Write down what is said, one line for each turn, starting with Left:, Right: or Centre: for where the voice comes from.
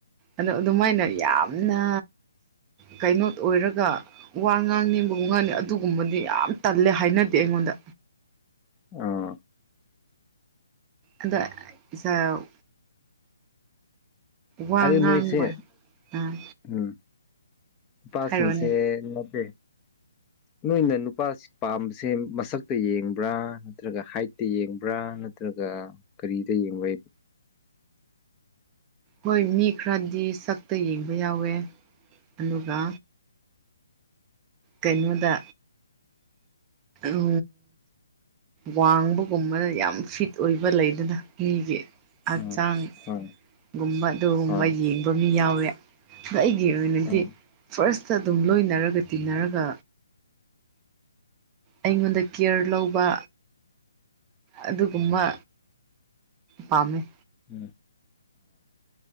Right: ꯑꯗꯣ ꯑꯗꯨꯃꯥꯏꯅ ꯌꯥꯝꯅ ꯀꯩꯅꯣ ꯑꯣꯏꯔꯒ ꯋꯥ ꯉꯥꯡ ꯅꯦꯝꯕꯒꯨꯝ ꯉꯥꯡꯅꯤ ꯑꯗꯨꯒꯨꯝꯕꯗꯤ ꯌꯥꯝ ꯇꯜꯂꯦ ꯍꯥꯏꯅꯗꯦ ꯑꯩꯉꯣꯟꯗ
Left: ꯑꯣ
Right: ꯑꯗ ꯁ ꯋꯥ
Left: ꯑꯗꯣ
Right: ꯉꯥꯡꯕ
Left: ꯅꯣꯏꯁꯦ
Right: ꯑꯥ
Left: ꯎꯝ ꯅꯨꯄꯥꯁꯤꯡꯁꯦ
Right: ꯍꯥꯏꯔꯛꯑꯣꯅꯦ
Left: ꯅꯠꯇꯦ ꯅꯣꯏꯅ ꯅꯨꯄꯥꯁꯤ ꯄꯥꯝꯕꯁꯦ ꯃꯁꯛꯇ ꯌꯦꯡꯕ꯭ꯔꯥ ꯅꯠꯇ꯭ꯔꯒ ꯍꯥꯏꯠꯇ ꯌꯦꯡꯕ꯭ꯔꯥ ꯅꯠꯇ꯭ꯔꯒ ꯀꯔꯤꯗ ꯌꯦꯡꯕ꯭ꯔꯥꯕ
Right: ꯍꯣꯏ ꯃꯤ ꯈꯔꯗꯤ ꯁꯛꯇ ꯌꯦꯡꯕ ꯌꯥꯎꯋꯦ ꯑꯗꯨꯒ ꯀꯩꯅꯣꯗ ꯎ ꯋꯥꯡꯕꯒꯨꯝꯕꯅ ꯌꯥꯝ ꯐꯤꯠ ꯑꯣꯏꯕ ꯂꯩꯗꯅ ꯃꯤꯒꯤ ꯍꯛꯆꯥꯡ
Left: ꯎꯝ ꯍꯣꯏ
Right: ꯒꯨꯝꯕ ꯑꯗꯨꯒꯨꯝꯕ
Left: ꯍꯣꯏ
Right: ꯌꯦꯡꯕ ꯃꯤ ꯌꯥꯎꯋꯦ ꯑꯗꯣ ꯑꯩꯒꯤ ꯑꯣꯏꯅꯗꯤ
Left: ꯑꯣꯀꯦ
Right: ꯐꯥꯔꯁꯇ ꯑꯗꯨꯝ ꯂꯣꯏꯅꯔꯒ ꯇꯤꯟꯅꯔꯒ ꯑꯩꯉꯣꯟꯗ ꯀꯤꯌꯔ ꯂꯧꯕ ꯑꯗꯨꯒꯨꯝꯕ ꯄꯥꯝꯃꯦ
Left: ꯎꯝ